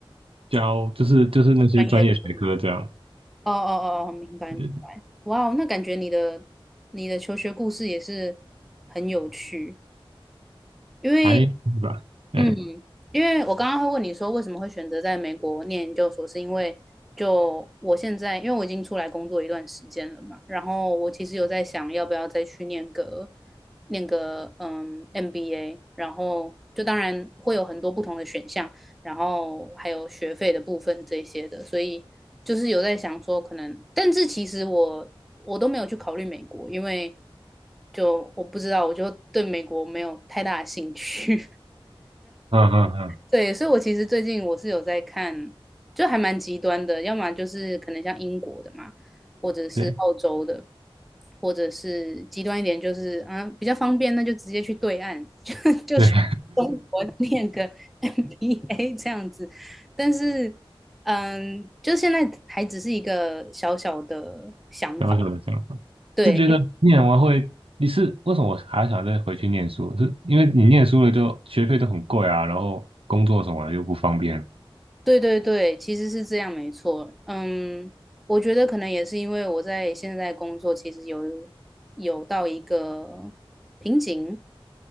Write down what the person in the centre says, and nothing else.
专业科哦哦哦哦，明白。
明白哇哦，那感觉你的你的求学故事也是很有趣，因为。
嗯，因为我刚刚会问你说为什么会选择在美国念研究所，是因为就我现在，因为我已经出来工作一段时间了嘛，然后我其实有在想要不要再去念个念个嗯 MBA，然后就当然会有很多不同的选项，然后还有学费的部分这些的，所以就是有在想说可能，但是其实我我都没有去考虑美国，因为就我不知道，我就对美国没有太大的兴趣。
对，所以我其实最近我是有在看，就还蛮极端的，要么就是可能像英国的嘛，或者是澳洲的，
或者是极端一点就是啊比较方便，那就直接去对岸，<laughs> 就就去中国
<laughs> 念个 MBA 这样子。但是，嗯，就现在还只是一个小小的想法，
对，
对对对，其实是这样，没错。嗯，我觉得可能也是因为我在现在工作，其实有有到一个瓶颈，